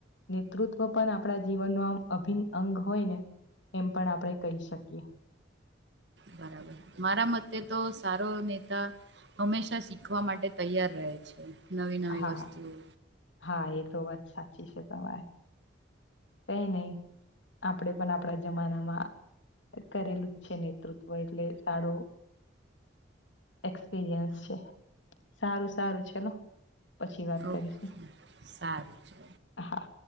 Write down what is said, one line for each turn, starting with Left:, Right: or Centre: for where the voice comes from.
Left: નેતૃત્વ પણ આપણા જીવનનો આમ અભિન્ન અંગ હોય, ને એમ પણ આપણે કહી, શકીએ
Right: બરાબર, મારા મતે તો સારો નેતા હમેશા શીખવા માટે તૈયાર રહે છે, નવી, નવી
Left: હા
Right: વસ્તુઓ
Left: હા એ તો વાત સાચી છે, તમારે કઈ નહી, આપણેે પણ આપણા જમાનામા કરેલું જ છે, નેતૃત્વ એટલે સારો એક્સપિરિયન્સ છે, સારુ સારુ છેલો પછી વાત
Right: ઓકે
Left: કરીશું
Right: સારું છે.
Left: હા